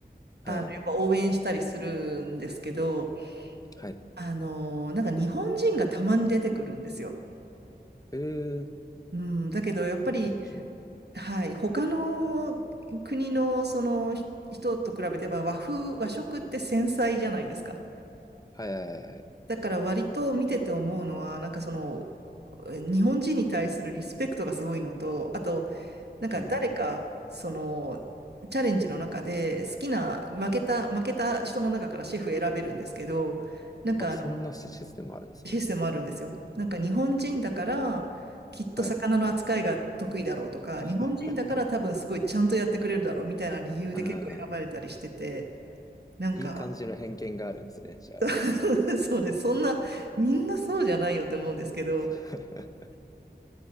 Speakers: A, on the left; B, on the right.
A: はいはい。
B: あの、やっぱ応援したりするんですけど、
A: はい。
B: あのーなんか日本人がたまに出てくるんですよ。
A: へえ。
B: うん、だけどやっぱり、
A: 日本人。
B: はい、他の国のそのひ人と比べてば和風、和食って繊細じゃないですか。
A: はい。はいはいはい。
B: だから割と見てて思うのは、なんかその日本人に対するリスペクトがすごいのと、あと、なんか誰か、
A: うん。
B: その、チャレンジの中で好きな、負けた、
A: はい。
B: 負けた人の中からシェフ選べるんですけど、なんかあの、
A: あ、そんなシシステムあるんですね。
B: システムあるんですよ。なんか日本人だから、きっと魚の扱いが得意だろうとか、
A: はい。<laughs>
B: 日本人だから多分すごいちゃんとやってくれるだろうみたいな理由で結構選ばれたりしてて、
A: ああ、
B: なんか
A: いい感じの偏見があるんですね。じゃあ。
B: <laughs> そうです。そんな、みんなそうじゃないよって思うんですけど、
A: <laughs>